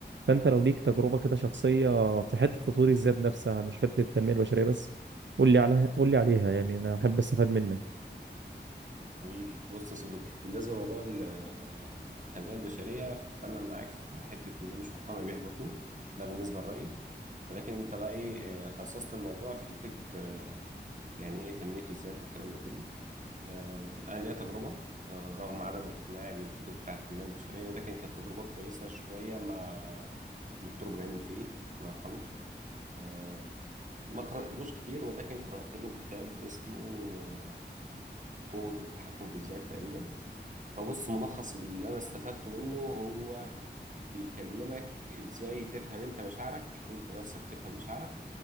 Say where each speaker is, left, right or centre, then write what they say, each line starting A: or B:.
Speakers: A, on the right; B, on the right.
A: فأنت لو ليك تجربة كده شخصية في حتة تطوير الذات نفسها مش حتة التنمية البشرية بس قول لي عليها قول لي عليها يعني أنا أحب أستفاد منك
B: حبيبي بص يا صديقي بالنسبه لموضوع ال- التنميه البشريه فانا معاك في حته ان انا مش مقتنع بيها برضو ده بالنسبه لرايي ولكن انت بقى ايه آه، خصصت الموضوع في حته آه، يعني ايه تنميه الذات والكلام ده كله آه، انا ليا تجربه آه، رغم عدم اقتناعي بالكتب بتاعه التنميه البشريه ولكن كانت تجربه كويسه شويه مع دكتور ابراهيم الفقي الله يرحمه آه، ما قراتلوش كتير ولكن قرات له كتاب اسمه آه، قوه التحكم في الذات تقريبا فبص ملخص اللي انا استفدته منه هو بيكلمك ازاي تفهم انت مشاعرك انت نفسك تفهم مشاعرك